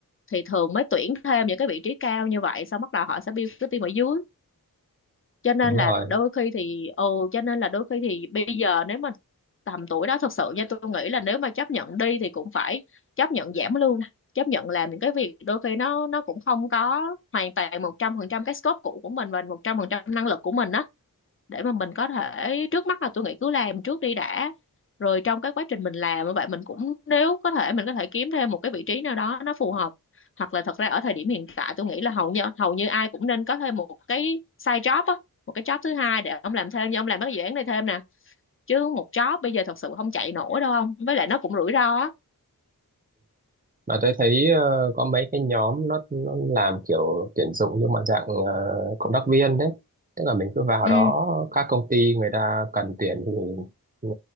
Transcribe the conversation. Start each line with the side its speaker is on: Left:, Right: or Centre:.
Left: thì thường mới tuyển thêm những cái vị trí cao như vậy xong bắt đầu họ sẽ build cái team ở dưới cho nên
Right: đúng
Left: là
Right: rồi
Left: đôi khi thì ừ cho nên là đôi khi thì bây giờ nếu mà tầm tuổi đó thật sự nha tôi nghĩ là nếu mà chấp nhận đi thì cũng phải chấp nhận giảm lương chấp nhận làm những cái việc đôi khi nó nó cũng không có hoàn toàn một trăm phần trăm cái scope cũ của mình và một trăm phần trăm năng lực của mình á để mà mình có thể trước mắt là tôi nghĩ cứ làm trước đi đã rồi trong cái quá trình mình làm như vậy mình cũng nếu có thể mình có thể kiếm thêm một cái vị trí nào đó nó phù hợp hoặc là thật ra ở thời điểm hiện tại tôi nghĩ là hầu như hầu như ai cũng nên có thêm một cái side job á một cái job thứ hai để ông làm thêm nhưng ông làm mấy cái dự án này thêm nè chứ một job bây giờ thật sự không chạy nổi đâu ông với lại nó cũng rủi ro á
Right: Mà tôi thấy ờ, có mấy cái nhóm nó, nó làm kiểu tuyển dụng nhưng mà dạng ờ, cộng tác viên đấy. Tức là mình cứ vào
Left: ừ
Right: đó các công ty người ta cần tuyển thì ờ,